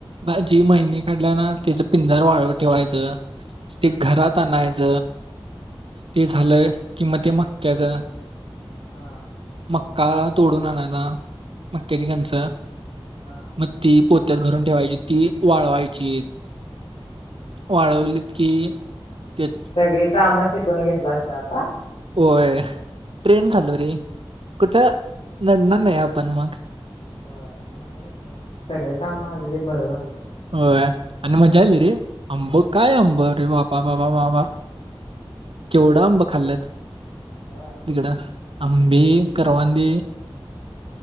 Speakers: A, on the right (about 70°); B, on the left (about 85°).
A: भाजी मळणी काढल्या ना त्याच पिंजार वाळवत ठेवायचं.
B: हम्म
A: ते घरात आणाय च ते झालं की म ते मक्याच
B: हा.
A: मक्का तोडून आणायचा मक्याची कणस
B: हा
A: मग ती पो त्यात भरून ठेवायची ती वाळवायची वाळवलीत
B: म्हणजे
A: की त्या
B: सगळी काम शिकून घेतलास काय आता?
A: होय ट्रेन झालो रे कुठं नडणार नाही आपण मग.
B: होय भारी हाय सोड सगळ काम आलेल बरच असतय.
A: होय आणि मजा आली रे आंब काय अंब रे बाबा बाबा बाबा. केवढ
B: हा
A: आंब खाल्लत तिकडं.
B: होय.
A: आंबी करवंदी.